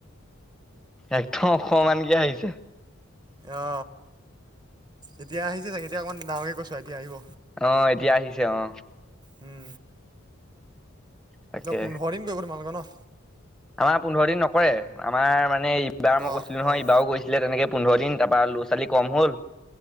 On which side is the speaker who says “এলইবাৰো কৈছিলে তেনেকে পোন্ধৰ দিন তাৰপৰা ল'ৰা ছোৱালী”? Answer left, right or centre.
Centre